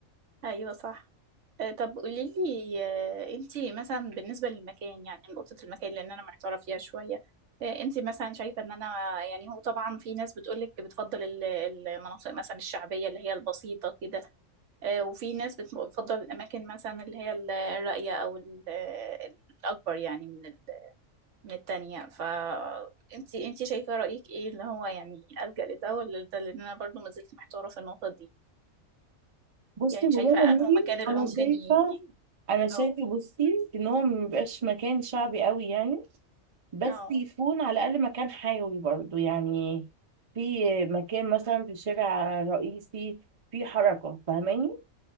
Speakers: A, on the right; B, on the right.
A: ايوه صح آه، طب قولي لي انتي مثلا بالنسبة للمكان يعني نقطة المكان لأن أنا محتارة فيها شوية آه، انتي مثلا شايفة إن أنا يعني هو طبعا في ناس بتقولك بتفضل ال- المناطق مثلا الشعبية اللي هي البسيطة كده آه، وفي ناس بت- بتفضل الأماكن مثلا اللي هي ال- الراقية أو ال- الأكبر يعني من ال- من التانية ف انتي انتي شايفة رأيك ايه اللي هو يعني ألجأ لده ولا ده لأن أنا برضو ما زلت محتارة في النقطة دي
B: بصي
A: يعني
B: والله
A: شايفة
B: يا
A: أنه
B: مريم
A: مكان اللي
B: أنا
A: ممكن
B: شايفة
A: ي... ي-
B: أنا شايفة
A: اه
B: بصي إن هو ميبقاش مكان شعبي قوي يعني بس
A: اه
B: يكون على الأقل مكان حيوي برضو يعني في مكان مثلا في شارع رئيسي في حركة فاهماني